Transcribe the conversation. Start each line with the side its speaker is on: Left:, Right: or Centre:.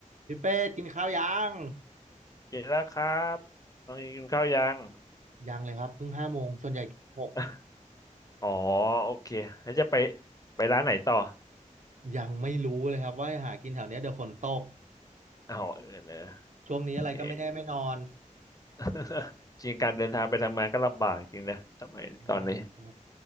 Right: พี่เป็ดกินข้าวยัง
Left: กินแล้วครับน้องเอกินข้าวยัง
Right: ยังเลยครับเพิ่งห้าโมงส่วนใหญ่หก
Left: <laughs> อ๋อ โอเคแล้วจะไปไปร้านไหนต่อ
Right: ยังไม่รู้เลยครับว่าหากินแถวเนี้ยเดี๋ยวฝนตก
Left: อ๋อเออเนอะ
Right: ช่วงนี้อะไรก็ไม่แน่ไม่นอน
Left: โอเค <laughs> จริงการเดินทางไปทำงานก็ลำบากจริงนะทำไมยตอนนี้
Right: ใช่ใช่